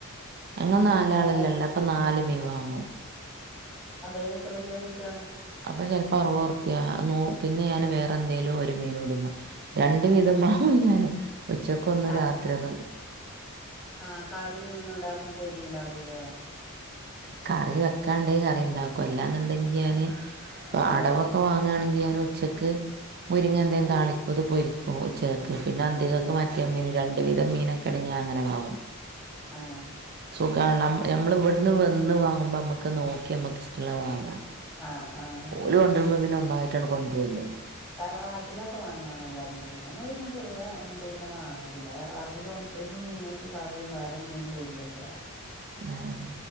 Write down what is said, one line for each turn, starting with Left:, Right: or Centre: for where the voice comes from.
Right: ഞങ്ങൾ നാലാളല്ലേ
Centre: എങ്ങനെ വാങ്ങാ
Right: ഇള്ളേ അപ്പൊ നാല് മീൻ വാങ്ങും
Centre: അപ്പൊ അയ്ന് എത്ര രൂപ്യാ കൊടുക്കുക
Right: അപ്പൊ ചെലപ്പോ അറുവുറുപ്പ്യാ പിന്നെ ഞാന് വേറെ എന്തേലും ഒരു മീൻ കുടിവാങ്ങും രണ്ട് വിതം
Centre: ആഹ്
Right: വാങ്ങും ഞാൻ ഉച്ചക്ക് ഒന്ന്
Centre: അപ്
Right: രാത്രി ഒന്ന്
Centre: ആഹ് കറീ ഒന്നും ഉണ്ടാക്കും പൊരി ഉണ്ടാക്കുംല്ലേ
Right: കറി വെക്കാണ്ട് കറി ഉണ്ടാവും എല്ലാന്നുണ്ടെങ്കി ഞാന്
Centre: ആഹ്
Right: അടവൊക്കെ
Centre: ആഹ്
Right: വാങ്ങ <unintelligible> ഉച്ചക്ക് മുരിങ്ങ എന്തങ്കിലും
Centre: ആഹ്
Right: താളിക്കും ഇത് പൊരിക്കും ഉച്ചക്ക് പിന്നെ അന്തിക്കക്ക്
Centre: ആഹ് ആഹ്
Right: <unintelligible> രണ്ട് വിതം മീനോക്കെ ആണെങ്കിൽ ഞാൻ അങ്ങനെ വാങ്ങും
Centre: ആഹ്
Right: സുഖളാ നമ്മൾ ഇവിടുന്ന് വന്ന് വാങ്ങുമ്പോ നമ്മുക്ക് നോക്കി നമ്മുക്ക് ഇഷ്ടമുള്ള വാങ്ങാം
Centre: ആഹ് ആഹ്
Right: ഓല് കൊണ്ട്രുമ്പോ പിന്നെ ഒന്നായിട്ടങ്‌ കൊണ്ട്രല്ലേ
Centre: തറവാട്ടിലൊക്കെ വാങ്ങു അങ്ങനെ രണ്ട് വിധംഞങ്ങങ്ങള് പിന്നെ പൊതുവേ രണ്ടു വിധം വാങ്ങലില്ല തറവാട്ടിൽ ഒരു മീനെറ്റ് കറി വേറൊരു മീൻ പൊരിയൊക്കെ
Right: ആഹ്